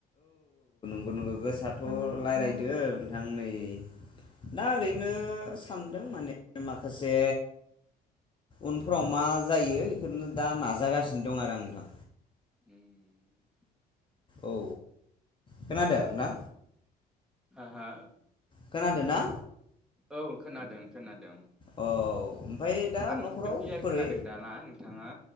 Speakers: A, on the left; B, in the centre.
A: गुनग गोसाथ' रायज्लायदो नोंथां नै दा ओरैनो सानदों माने माखासे उनफ्राव मा जायो बेखौनो दा नाजागासिनो दं आरो आं नोंथां।
B: उम
A: औ खोनादों ना?
B: हो हो
A: खोनादों ना?
B: औ खोनादों खोनादों।
A: औ ओमफाय दा
B: आंनिखौथ'
A: न'खराव
B: क्लियार
A: बोरै?
B: खोनादों दाना नोंथाङा